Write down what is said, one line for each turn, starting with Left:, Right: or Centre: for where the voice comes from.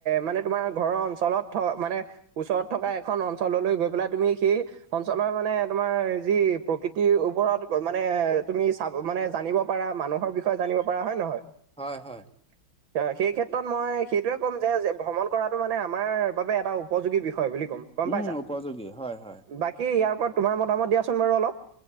Right: মানে তোমাৰ ঘৰৰ অঞ্চলত থ মানে ওচৰত থকা এখন অঞ্চললৈ গৈ পেলাই তুমি সেই অঞ্চলৰ মানে তোমাৰ যি প্ৰকৃতিৰ ওপৰত মানে তুমি পা মানে জানিব পাৰা মানুহৰ বিষয়ে জানিব পাৰা হয় নে নহয়?
Centre: হয়, হয়।
Right: <inaudible> সেই ক্ষেত্ৰত মই সেইটোৱে ক'ম যে ভ্ৰমণ কৰাটো মানে আমাৰ বাবে এটা উপযোগী বিষয় বুলি ক'ম। গ'ম
Centre: উম,
Right: পাইছা?
Centre: উপযোগী হয়, হয়।
Right: বাকী ইয়াৰ ওপৰত তোমাৰ মতামত দিয়াচোন বাৰু অলপ?